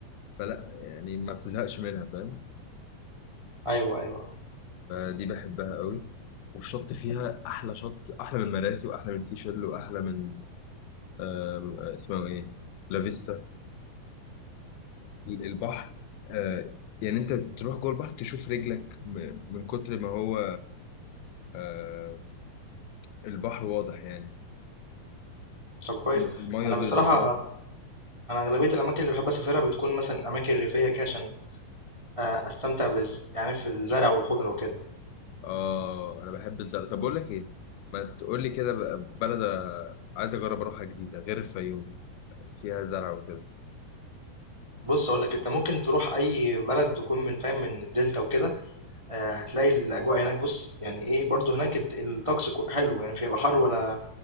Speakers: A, on the left; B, on the right.
A: فلا يعني ما بتزهقش منها فاهم
B: ايوه ايوه
A: فدي بحبها قوي والشط فيها أحلى شط أحلى من مراسي وأحلى من سيشل وأحلى من آم، اسمه ايه لافيستا البحر آه، يعني انت تروح جوه البحر تشوف رجلك م- من كتر ما هو آه، البحر واضح يعني
B: طب كويس
A: م- المية
B: انا
A: بيضة
B: بصراحه
A: فاهم
B: انا اغلبيه الاماكن اللي بحب اسافرها بتكون مثلا اماكن ريفيه كده عشان آه، استمتع بز... يعني في الزرع والخضره وكده
A: اه انا بحب الزرع طب بقول لك ايه ما تقول لي كده بقى بلد آه، عايز اجرب اروحها جديدة غير الفيوم فيها زرع وكده
B: بص اقول لك انت ممكن تروح اي بلد تكون من فاهم من الدلتا وكده آه، هتلاقي الاجواء هناك بص يعني ايه برضو هناك الد- الطقس كو- حلو يعني مش هيبقى حر ولا